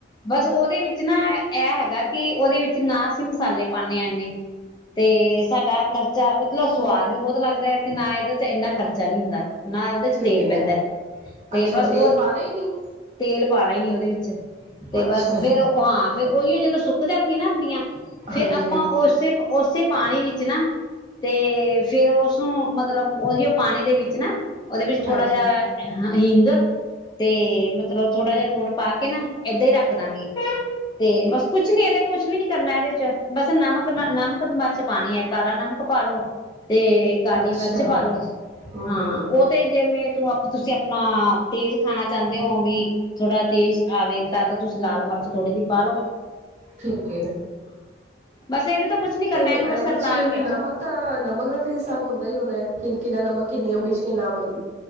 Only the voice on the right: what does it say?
ਠੀਕ
ਹੈ
ਅੱਛਾ
ਤੇਲ ਪਾਉਣਾ ਹੀ ਨਹੀਂ
ਅੱਛਾ
ਹਾਂਜੀ
ਹਾਂਜੀ
ਅੱਛਾ
ਹਮ
ਹਮ
ਹਮ
ਠੀਕ ਹੈ
ਤੇ ਇਹਦੇ
ਚ ਵੀ
ਨਮਕ ਦਾ ਨਮਕ ਦਾ ਵੀ ਹਿਸਗ ਹੁੰਦਾ ਹੀ ਹੋਣਾ ਹੈ ਕਿੰਨਾ ਨੰਬ ਕਿੰਨੀਆਂ ਬਸ਼ੰਨਾ ਮੰਨ